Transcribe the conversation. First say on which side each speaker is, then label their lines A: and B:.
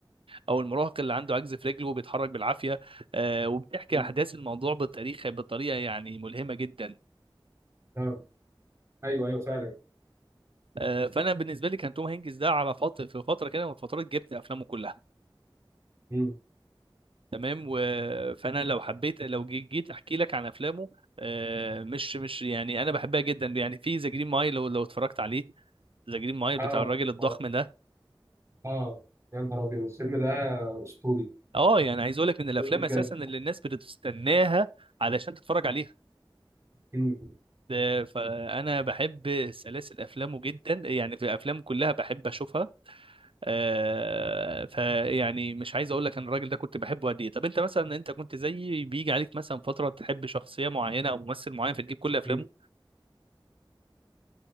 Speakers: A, on the right; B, on the right.
A: او المراهق اللي عنده عجز في رجله وبيتحرك بالعافيه آه، وبتحكي
B: أمم.
A: احداث الموضوع بالتاريخ بطريقه يعني ملهمه جدا
B: نعم ايوه ايوه فعلا
A: آه، فانا بالنسبه لي كان توم هانكس ده على فتره في فتره كده من فترات جبت افلامه كلها
B: امم
A: تمام و... فانا لو حبيت لو جي- جيت احكي لك عن افلامه آه، مش مش يعني انا بحبها جدا يعني في ذا جرين مايل لو لو اتفرجت عليه ذا جرين مايل بتاع
B: اه
A: الراجل الضخم
B: اه
A: ده
B: اه يا نهار ابيض الفيلم ده اسطوري
A: اه يعني عايز اقول لك من
B: اسطوري
A: الافلام
B: بجد
A: اساسا اللي الناس بتستناها علشان تتفرج عليها
B: أمم.
A: ده- فانا بحب سلاسل افلامه جدا يعني في افلامه كلها بحب اشوفها آه، فيعني مش عايز اقول لك انا الراجل ده كنت بحبه قد ايه طب انت مثلا انت كنت زيي بيجي عليك مثلا فتره تحب شخصيه معينه او ممثل معين فتجيب كل افلامه
B: أمم.